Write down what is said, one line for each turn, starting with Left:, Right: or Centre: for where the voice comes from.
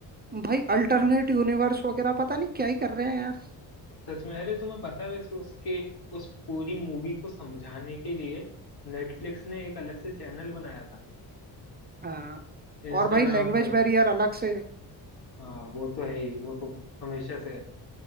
Right: भाई अल्टरनेट यूनिवर्स वगैरह पता नहीं क्या ही कर रहे हैं यार
Left: सच में अरे तुम्हें पता है वैसे उसके उस पूरी मूवी को समझाने के लिए नेटफ्लिक्स ने एक अलग से चैनल बनाया था
Right: हाँ
Left: इंस्टाग्राम
Right: और भाई लैंग्वेज
Left: पे
Right: बैरियर अलग से
Left: हाँ वो तो है ही वो तो हमेशा से है